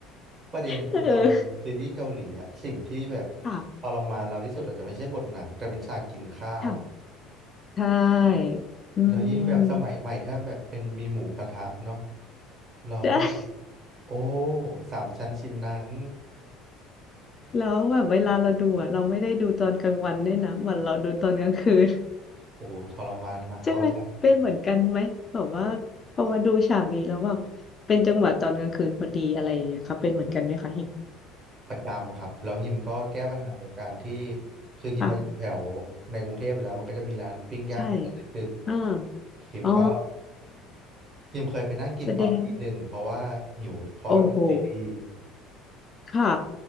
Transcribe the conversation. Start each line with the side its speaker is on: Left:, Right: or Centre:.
Right: ประเด็นคือตอนดูซีรีส์เกาหลีอะสิ่งที่แบบ
Left: <laughs> เออค่ะ
Right: ทรมานเราที่สุดอาจจะไม่ใช่บทหนังแต่เป็นฉากกินข้าว
Left: ค่ะใช่อืม
Right: แล้วยิ่งแบบสมัยใหม่ที่มันแบบเป็นมีหมูกระทะเนาะเราก็
Left: ใช่
Right: โอ้โหสามชั้นชิ้นนั้น
Left: แล้วแบบเวลาเราดูอะเราไม่ได้ดูตอนกลางวันด้วยนะเหมือนเราดูตอนกลางคืน <laughs>
Right: โอ้โหทรมานหนักเขาอย่างเลย
Left: ใช่ไหมเป็นเหมือนกันไหมแบบว่าพอมาดูฉากนี้แล้วแบบเป็นจังหวะตอนกลางคืนพอดีอะไรอย่างเงี้ยค่ะเป็นเหมือนกันไหมคะเห็น
Right: ประจำครับแล้วฮิมก็แก้ปัญหาโดยการที่คือฮิมมาอยู่แถวในกรุงเทพอยู่แล้วมันก็จะมีร้านปิ้งย่างเปิดดึก
Left: ค่ะใช่อ่า
Right: ๆฮิมก็
Left: อ๋อ
Right: ฮิมเคยไปนั่งกินตอนตีหนึ่งเพราะว่าหิวเพราะว่าดูซีรีส์
Left: แสดงโอ้โหค่ะ